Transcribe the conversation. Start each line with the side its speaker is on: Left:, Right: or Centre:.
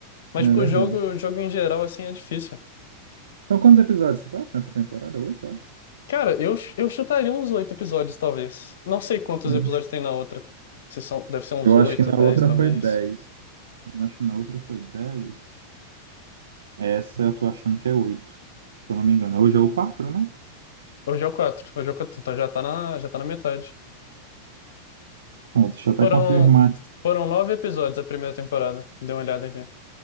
Left: Mas,
Right: é
Left: tipo,
Right: verdade.
Left: jogo, jogo em geral, assim, é difícil.
Right: Então, quantos episódios, você sabe, nessa temporada? Oito, eu acho.
Left: Cara, eu, eu chutaria uns oito episódios, talvez. Não sei quantos
Right: Eu,
Left: episódios tem na outra. Se são, deve ser uns
Right: eu
Left: oito,
Right: acho que na
Left: dez,
Right: outra
Left: talvez.
Right: foi dez. Eu acho que na outra foi dez. Essa eu tô achando que é 8, se eu não me engano. Hoje é o quatro, né?
Left: Hoje é o quatro. Hoje é o quatro. Então já tá na, já tá na metade.
Right: Pronto, deixa eu até
Left: Foram,
Right: confirmar.
Left: foram nove episódios a primeira temporada. Dê uma olhada aqui.